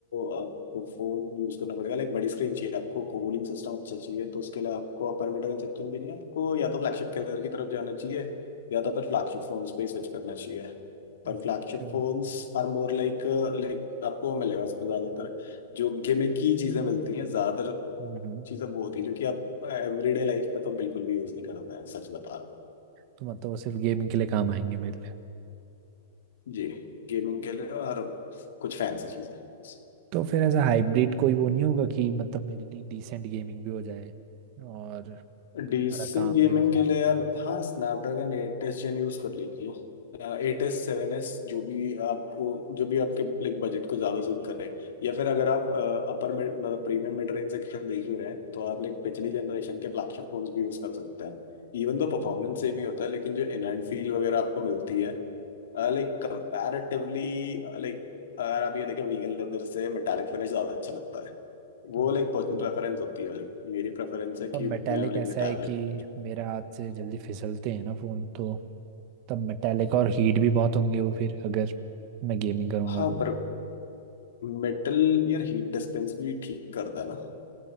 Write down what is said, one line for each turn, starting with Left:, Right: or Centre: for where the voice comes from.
Left: आपको फोन यूज करना पड़ेगा लाइक बड़ी स्क्रीन चाहिए आपको कूलिंग सिस्टम अच्छा चाहिए तो उसके लिए आपको अपर मिड रेंज सेक्शन भी नहीं है आपको या तो फ्लैगशिप कलर की तरफ जाना चाहिए या तो फिर फ्लैगशिप फोन्स पे स्विच करना चाहिए पर
Right: अच्छा
Left: flagship phones are more लाइक like आपको मिलेगा उस पर ज्यादातर जो गेमिंग की चीजें मिलती हैं ज्यादातर
Right: हम्म
Left: चीजें वो होती है जो कि आप एवरीडे लाइफ पे तो बिल्कुल भी यूज नहीं करते हैं सच बता रहा हूँ
Right: तो मतलब वो सिर्फ गेमिंग के लिए काम आएंगे मेरे लिए
Left: जी गेमिंग के लिए और कुछ फैंसी चीजें बस
Right: तो फिर ऐसा हाइब्रिड कोई वो नहीं होगा कि मतलब मेरे लिए डिसेंट गेमिंग भी हो जाए और
Left: डिसेंट
Right: सारा काम
Left: गेमिंग
Right: भी हो जाए
Left: के लिए यार हाँ Snapdragon eight S gen use कर लीजिए एट एस सेवन एस जो भी आपको जो भी आपके लाइक बजट को ज्यादा सूट करे या फिर अगर आप अपर मतलब प्रीमियम मिड रेंज सेक्शन देख ही रहे हैं तो आप लाइक पिछली जनरेशन के फ्लैगशिप फोन्स भी यूज कर सकते हैं इवन
Right: हम्म,
Left: तो परफॉर्मेंस सेम ही होता है लेकिन जो इनहैंड फील वगैरह आपको मिलती है लाइक कंपैरेटिवली लाइक अगर आप ये देखें वीगन लेदर से मेटालिक फिनिश ज्यादा अच्छा लगता है वो
Right: हाँ,
Left: लाइक पर्सनल
Right: तो है।
Left: प्रेफरेंस होती है लाइक मेरी प्रेफरेंस है
Right: पर मेटालिक
Left: कि मैं लाइक
Right: ऐसा
Left: मेटालिक
Right: है कि मेरा हाथ से जल्दी फिसलते हैं ना फ़ोन तो तब मेटालिक और हीट भी बहुत होंगे वो फिर अगर मैं गेमिंग करूँगा
Left: हाँ
Right: तो
Left: पर मेटल यार हीट डिस्पेंस भी ठीक करता है ना